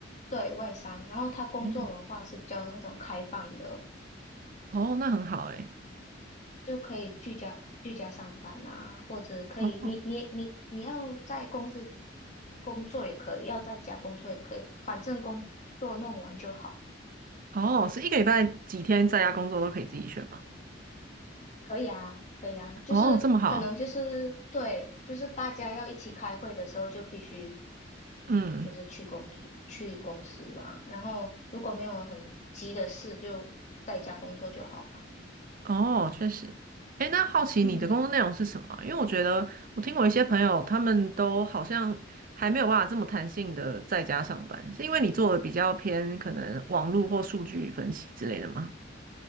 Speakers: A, on the left; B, on the right.
A: 对，外商，然后他工作文化是比较那种开放的，
B: 嗯哦，那很好哎。
A: 就可以居家居家上班啊，或者可以你你你你要在公司
B: 哦
A: 工作也可以，要在家工作也可以，反正工作弄完就好。
B: 哦，是一个礼拜几天在家工作都可以自己选吗？
A: 可以啊，可以啊，就是可能就是对，
B: 哦，这么好，
A: 就是大家要一起开会的时候就必须
B: 嗯。
A: 就是去公司去公司吧，然后如果没有很急的事，就在家工作就好了。
B: 哦，确实。诶，那好奇你的工作内容是什么啊？
A: 嗯，
B: 因为我觉得我听我一些朋友，他们都好像还没有办法这么弹性的在家上班，是因为你做的比较偏可能网络或数据分析之类的吗？